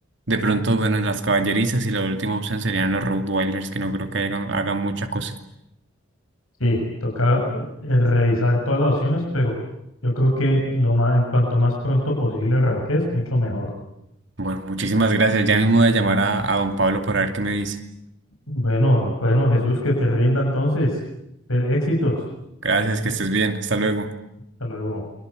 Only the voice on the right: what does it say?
de pronto, bueno, las caballerizas. Y la última opción serían los Rottweilers, que no creo que hagan, hagan mucha cosa.
Bueno, muchísimas gracias. Ya mismo voy a llamar a, a don Pablo por ver qué me dice.
Gracias, que estés bien. Hasta luego.